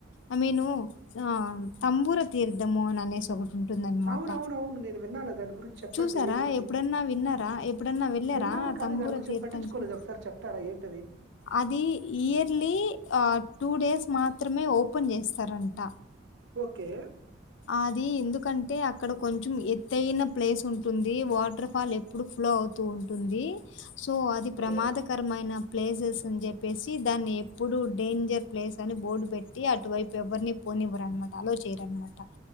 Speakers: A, on the left; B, on the right.
A: ఐ మీను ఆ తంబూర తీర్థము అని అనేసి ఒకటి ఉంటుందన్నమాట
B: అవున అవున అవును నేను విన్నాను దాని గురించి చెప్పండి
A: చూసారా
B: ఏంటది
A: ఎప్పుడన్నా విన్నారా ఎప్పుడన్నా వెళ్ళారా
B: విన్నాను
A: ఆ
B: కానీ
A: తంబూర
B: దాని గురించి
A: తీర్థంకి
B: పట్టించుకోలేదు ఒకసారి చెప్తారా ఏంటది
A: అది ఇయర్లీ ఆ టూ డేస్ మాత్రమే ఓపెన్ చేస్తారంట
B: ఓకే
A: అది ఎందుకంటే అక్కడ కొంచం ఎత్తయిైన ప్లేస్ ఉంటుంది వాటర్ ఫాల్ ఎప్పుడు ఫ్లో అవుతూ ఉంటుంది సో అది ప్రమాదకరమైన
B: ఓకే.
A: ప్లేసెస్ అని చెప్పేసి దాన్ని ఎప్పుడుూ డేంజర్ ప్లేస్ అని బోర్డు పెట్టి అటువైపు ఎవరిని పోనివ్వరనమ అల్లో చేయరన్నమాట